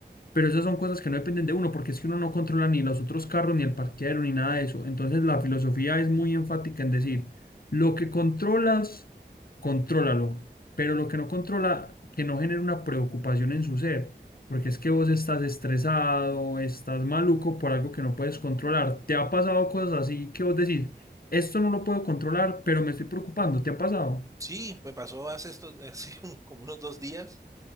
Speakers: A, on the left; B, on the right.
A: pero esas son cosas que no dependen de uno, porque es que uno no controla ni los otros carros, ni el parqueadero, ni nada de eso. Entonces la filosofía es muy enfática en decir, lo que controlas, contrólalo, pero lo que no controla, que no genere una preocupación en su ser, porque es que vos estás estresado, estás maluco por algo que no puedes controlar. ¿Te ha pasado cosas así que vos decís, esto no lo puedo controlar, pero me estoy preocupando? ¿Te ha pasado?
B: Sí, me pasó hace estos, hace <laughs> como unos dos días